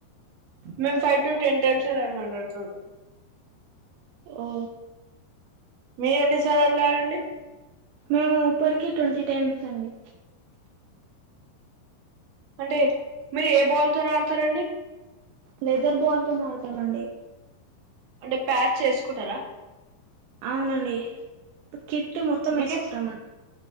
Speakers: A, on the right (about 60°); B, on the right (about 80°).
A: మేంమ్ ఫైవ్ టు టెన్ టైమ్స్మ్సి రాయ్ మాట్లాడతారు.
B: ఓ.
A: మీరు సాలేళ్లాళ్లమ్డి.
B: ఉ ఊపర్ కి ట్వంటీ టైమ్స్ అండి.
A: అంటే మీరు ఏ బాల్ తో ఆడతారండి.
B: లెదర్ బాల్ తో ఆడతామండి.
A: అంటే ప్యాచ్ ఏస్కుంటారా.
B: అవునండి ఇప్పుడు కిట్టి మొత్తం
A: వికెట్స్
B: వేసుకుంటాం.